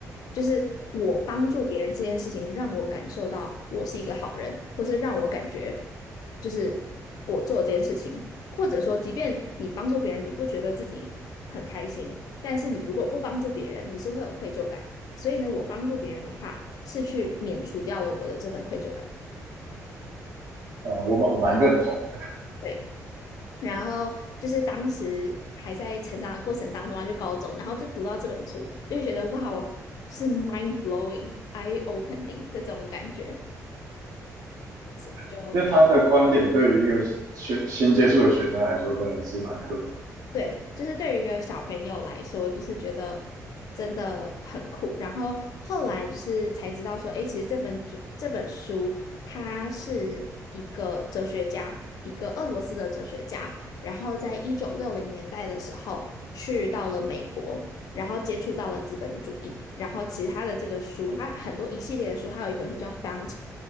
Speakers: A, on the left (about 70°); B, on the right (about 70°).
A: 就是我帮助别人这件事情，让我感受到我是一个好人，或是让我感觉就是我做这件事情，或者说，即便你帮助别人，你不觉得自己很开心，但是你如果不帮助别人，你是会有愧疚感。所以呢，我帮助别人的话，是去免除掉了我的这份愧疚感。
B: 呃，我蛮我蛮认同的，
A: 对，然后就是当时还在成长的过程当中啊，就高中，然后就读到这本书，就会觉得哇哦，就是 mind blowing、eye opening 的这种感觉。所以就
B: <laughs> 因为他的观点对于一个学新接触的学生来说，真的是蛮特别。
A: 对，就是对于一个小朋友来说，就是觉得真的很酷。然后后来就是才知道说，诶，其实这本主这本书，它是一个哲学家，一个俄罗斯的哲学家，然后在一九六零年代的时候去到了美国。然后接触到了资本主义，然后其实他的这个书，他很多一系列的书，还有一本书叫《Fountain》，